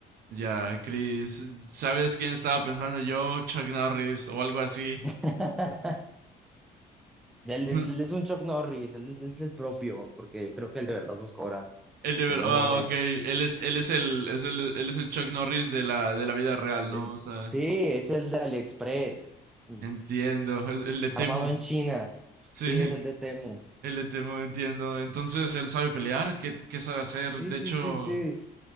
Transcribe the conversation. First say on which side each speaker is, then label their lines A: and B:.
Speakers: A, on the right (about 65°); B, in the centre.
A: Ya, Chris, ¿sabes quién estaba pensando yo? Chuck Norris o algo así.
B: <laughs> Él, él-
A: <laughs>
B: él es un Chuck Norris, él, él es el propio, porque creo que él de verdad nos cobra.
A: El de
B: Y
A: ver,
B: no
A: ah,
B: mames.
A: ok. Él es, él es el, es el- él es el Chuck Norris de la, de la vida real, ¿no?
B: él-
A: O sea,
B: sí, es el de AliExpress, mm,
A: entiendo. Es el de Temu.
B: armado en
A: <laughs>
B: China. Sí,
A: Sí,
B: es el de Temu.
A: el de Temu, entiendo. Entonces, él sabe pelear, ¿qué, qué sabe hacer?
B: Sí,
A: De
B: sí,
A: hecho,
B: sí, sí.